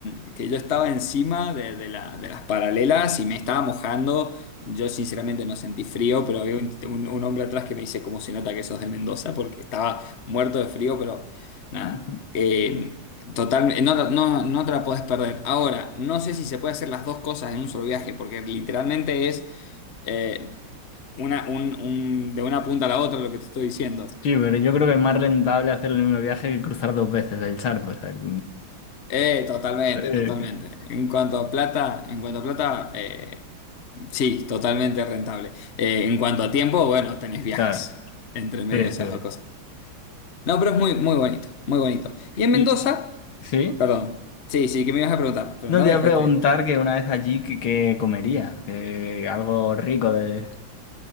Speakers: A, on the left; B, on the left.
A: mm, que yo estaba encima de, de la- de las paralelas y me estaba mojando. Yo sinceramente no sentí frío, pero había un, un- un hombre atrás que me dice cómo se nota que sos de Mendoza, porque estaba muerto de frío, pero nada.
B: <laughs>
A: Eh, totalmente, no, no, no no te la podés perder. Ahora, no sé si se puede hacer las dos cosas en un solo viaje, porque literalmente es eh, una, un- un- de una punta a la otra lo que te estoy diciendo.
B: Sí, pero yo creo que es más rentable hacer el mismo viaje que cruzar dos veces el charco. o sea, <laughs>
A: Eh, totalmente,
B: eh,
A: totalmente. En cuanto a plata, en cuanto a plata, eh, sí, totalmente rentable. Eh, en cuanto a tiempo, bueno, tenés viajes
B: claro,
A: entre medio
B: sí,
A: de esas
B: sí.
A: dos cosas. No, pero es muy, muy bonito, muy bonito. Y en Mendoza,
B: Y sí,
A: perdón, sí, sí, que me ibas a preguntar. Preguntame,
B: no te iba
A: después
B: a preguntar
A: te-
B: que una vez allí qué que comería, que algo rico de